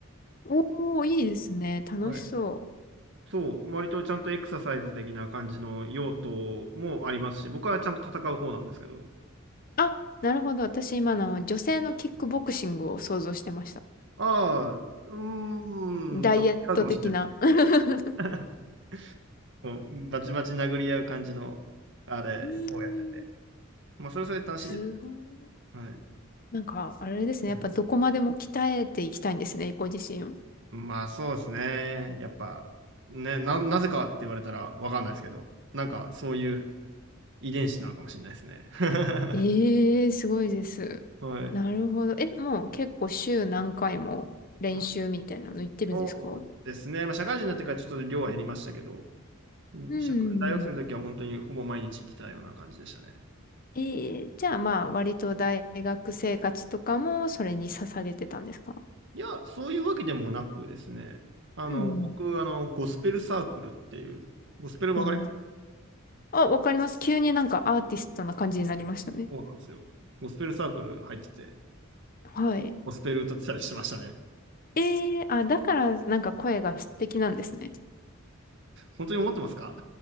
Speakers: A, on the left; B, on the right.
A: おー、いいですね。楽しそう。
B: はい。そう、割とちゃんとエクササイズ的な感じの用途もありますし、僕はちゃんと戦う方なんですけど。
A: あ、なるほど。私今の女性のキックボクシングを想像してました。
B: ああ、うーん、
A: ダイエット的な。
B: ちょっと違うかもしれない
A: <laughs>
B: です。<laughs> そうバチバチ殴り合う感じの、あれ、
A: いい、
B: こうやってて。まあ、それはそれで楽しいですけ
A: すごい。
B: ど。はい。
A: なんか、あれですね。
B: うん
A: やっぱどこまでも鍛えていきたいんですね、ご自身を。
B: まあ、そうですね。やっぱ、ね、な、なぜかって言われたらわかんないですけど、なんかそういう遺伝子なのかもしれないですね。<laughs>
A: ええすごいです。
B: はい。
A: なるほど。え、もう結構週何回も練習みたいなの行ってるんですか
B: まあ、そうですね。まあ、社会人になってからちょっと量は減りましたけど、
A: うん。
B: 社会大学生の時は本当にほぼ毎日行ってたような感じでしたね。
A: ええじゃあまあ割と大学生活とかもそれに捧げてたんですか
B: いや、そういうわけでもなくですね。あの、
A: うん
B: 僕、あの、ゴスペルサークルっていう、ゴスペルわかります
A: うん。おーあ、わかります。急になんかアーティストな感じになりましたね。
B: そうなんですよ。ゴスペルサークル入ってて、
A: はい。
B: ゴスペル歌ってたりしてましたね。
A: ええあ、だからなんか声が素敵なんですね。
B: 本当に思ってますか